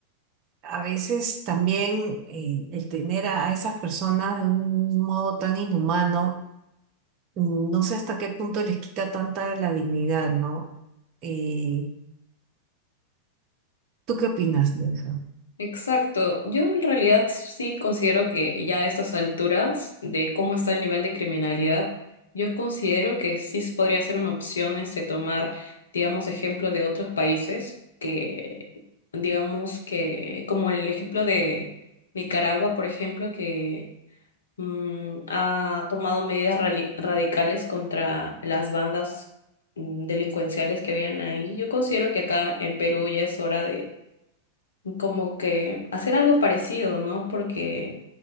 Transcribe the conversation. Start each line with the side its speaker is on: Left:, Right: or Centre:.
Right: a veces también eh, el tener a a esas personas de un modo tan inhumano mm, no sé hasta qué punto les quita tanta la dignidad, ¿no? Eh, ¿tú qué opinas de eso?
Left: Exacto. Yo en realidad sí considero que ya a estas alturas de cómo está el nivel de criminalidad, yo considero que sí s- podría ser una opción este tomar, digamos, ejemplo de otros países que, digamos que, como el ejemplo de Nicaragua, por ejemplo, que mm, ha tomado medidas rali- radicales contra las bandas mm, delincuenciales que habían ahí. Yo considero que acá en Perú ya es hora como que hacer algo parecido, ¿no? Porque